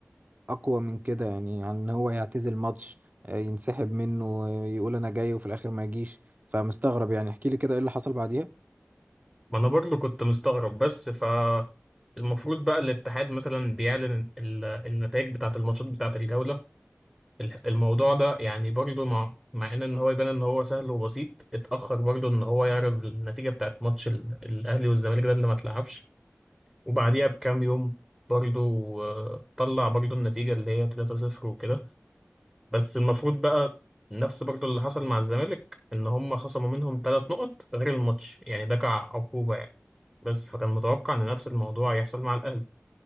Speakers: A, on the right; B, in the centre.
A: اقوى من كده يعني عن ان هو يعتزل ماتش آه، ينسحب منه آه، يقول انا جاي وفي الاخر ما يجيش فمستغرب يعني احكي لي كده ايه اللي حصل بعديها
B: ما انا برضه كنت مستغرب بس ف المفروض بقى الاتحاد مثلا بيعلن ال- النتائج بتاعة الماتشات بتاعة الجولة ال- الموضوع ده يعني برضو مع مع ان ان هو يبان ان هو سهل وبسيط اتاخر برضو ان هو يعرف النتيجه بتاعت ماتش ال- الاهلي والزمالك ده اللي ما اتلعبش وبعديها بكام يوم برضو آه، طلع برضو النتيجه اللي هي 3-0 وكده بس المفروض بقى نفس برضو اللي حصل مع الزمالك ان هم خصموا منهم ثلاث نقط غير الماتش يعني ده كعقوبه يعني بس فكان متوقع ان نفس الموضوع يحصل مع الاهلي